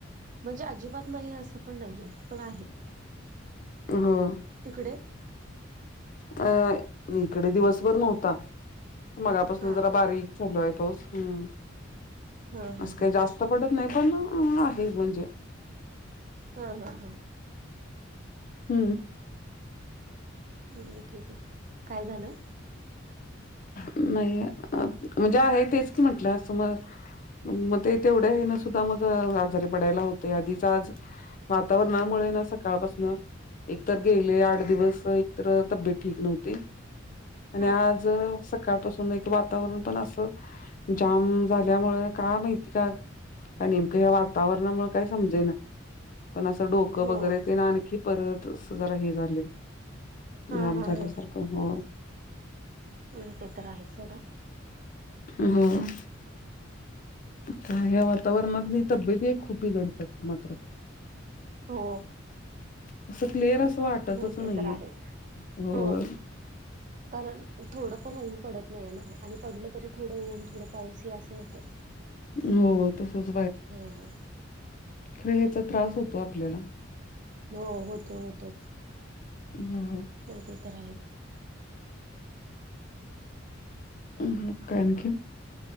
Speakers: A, on the right; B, on the left.
A: म्हणजे अजिबात नाहीये असं पण नाहीये पण आहे.
B: हम्म.
A: तिकडे.
B: अ इकडे दिवसभर नव्हता मगापासून
A: हा
B: जरा बारीक चालू आहे पाऊस हम्म
A: हा हा
B: असं
A: हा
B: काही जास्त पडत नाही पण अ अ आहे म्हणजे,
A: हा हा हा
B: हम्म.
A: नाही ठीक आहे, काय झालं?
B: नाही म्हणजे आहे तेच की म्हंटलं असं मग मग ते तेवढ्या हे ना सुद्धा मग आजारी पडायला होते आधीच आज वातावरणा मुळे ना सकाळपासन एक तर गेले आठ दिवस एकतर तब्येत ठीक नव्हती. आणि
A: हा
B: आज सकाळपासून एक वातावरण पण असं जाम झाल्यामुळे काय माहीती काय का नेमकं या वातावरणामुळे काय समजेना पण असं डोकं
A: हो
B: वगैरे ते ना आणखी परत अस जरा हे झाले
A: हा
B: जाम
A: हा
B: झालेसारखं
A: हा
B: हो.
A: नाही ते तर आहे सोडा.
B: हम्म. का या वातावरणात तब्येत खूप बिघडते मात्र.
A: हो.
B: असं क्लिअर असं वाटतच
A: नाही
B: नाहीये,
A: ते तर आहेच
B: होय.
A: हो कारण थोडं पण ऊन पडत नाही ना आणि पडलं तरी थोडं ऊन थोडं पाऊस हे असं होतय
B: हो तसच
A: हा ह.
B: त्रिहेचा त्रास होतोय आपल्याला.
A: हो होतो होतो.
B: हम्म.
A: नाहीती तर आहेच.
B: हम्म, काय आनखी?